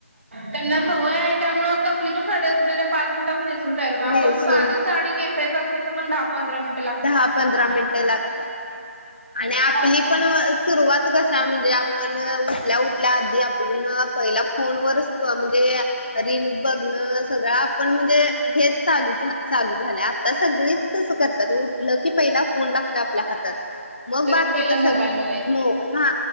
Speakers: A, on the right (about 55°); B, on the left (about 40°).
A: त्यांना सवय आहे. त्यामुळे कसली पण साडी असू द्या. त्या पाच मिनिटात नेसून तयार होतात. आपण
B: नेसून
A: साधी साडी नेसायचं असल, तर पण दहा पंधरा मिनिट
B: दहा पंधरा मिनटं लागतात. आणि
A: हं.
B: आपली पण अ स सुरुवात कसा म्हणजे, आपण उठल्या, उठल्या आधी आपण पहिल्या फोनवर म्हणजे रिलस बघणं, सगळं आपण म्हणजे, हेच चालू झालंय आता सगळीच तस कर तात. उठलं की पहिला फोन ला आपल्या हातात, मग
A: लगे
B: बाकीच
A: पहिला
B: सगळं
A: मोबाईल बघायचा
B: मग हा